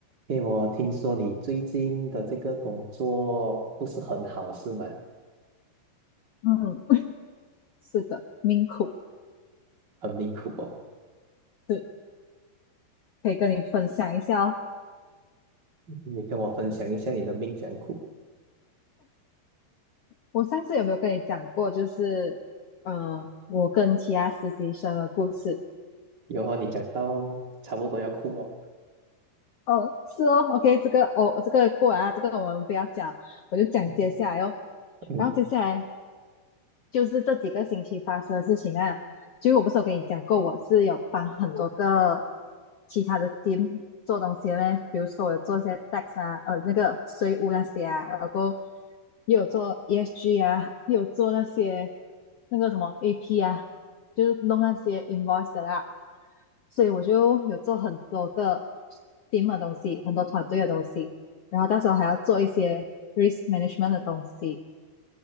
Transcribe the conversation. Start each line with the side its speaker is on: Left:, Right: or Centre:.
Right: 因为我听说你最近的这个工作不是很好，是吗？
Left: 嗯，是的，命苦
Right: 很命苦哦。
Left: 是可以跟你分享一下哦。
Right: 你跟我分享一下你的命怎样苦？
Left: 我上次有没有跟你讲过，就是呃，我跟其他实习生的故事？
Right: 有哦，你讲到差不多要哭哦。
Left: 哦，是哦，OK，这个哦，这个过完啊，这个我们不要讲，我就讲接下来哦。
Right: 嗯嗯，
Left: 然后接下来就是这几个星期发生的事情啊。就我不是有跟你讲过，我是有帮很多个其他的 team 做东西的嘞，比如说我有做一些 tax 啊，呃，那个税务那些啊，然后又有做 ESG 啊，又有做那些那个什么 AP 啊，就是弄那些 invoice 的啦。所以我就有做很多个 team 的东西，很多团队的东西，然后到时候还要做一些 risk management 的东西，